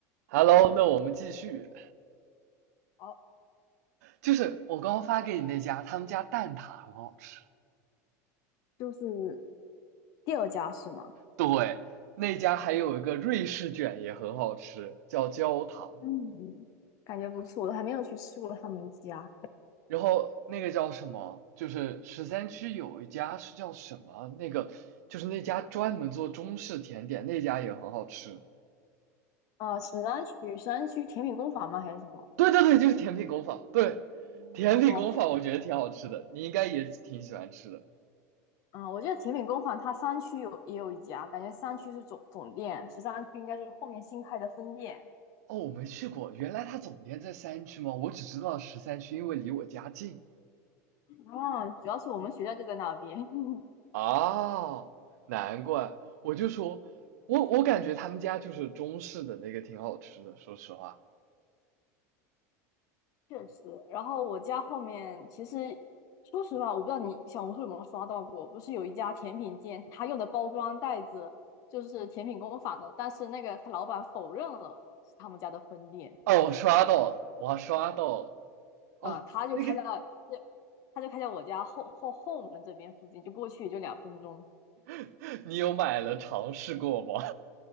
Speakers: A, on the right; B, on the left.
A: Hello，那我们继续，
B: 哦，
A: 就是我刚刚发给你那家，他们家蛋挞很好吃。
B: 就是第二家是吗？
A: 对，那家还有一个瑞士卷也很好吃，叫焦糖。
B: 嗯，感觉不错，我都还没有去吃过他们家。
A: 然后那个叫什么？就是十三区有一家是叫什么？那个就是那家专门做中式甜点，那家也很好吃。
B: 啊，沈阳区沈阳区甜品工坊吗？还是什么？
A: 对对对，就是甜品工坊。对，甜品工坊我觉得挺好吃的，
B: 哦，
A: 你应该也挺喜欢吃的。
B: 嗯，我记得甜品工坊它三区有也有一家，感觉三区是总总店，十三区应该是后面新开的分店。
A: 哦，我没去过，原来它总店在三区吗？我只知道十三区，因为离我家近。
B: 啊，主要是我们学校就在那边。<laughs>
A: 啊，难怪，我就说，我我感觉他们家就是中式的那个挺好吃的，说实话。
B: 确实，然后我家后面其实，说实话，我不知道你小红书有没有刷到过，不是有一家甜品店，他用的包装袋子就是甜品工坊的，但是那个他老板否认了是他们家的分店，
A: 哦，我刷到了，我还刷到了。哦，
B: 嗯，他就开在，
A: 那个
B: 对他就开在我家后后后门这边附近，就过去也就两分钟。
A: <laughs> 你有买了尝试过吗？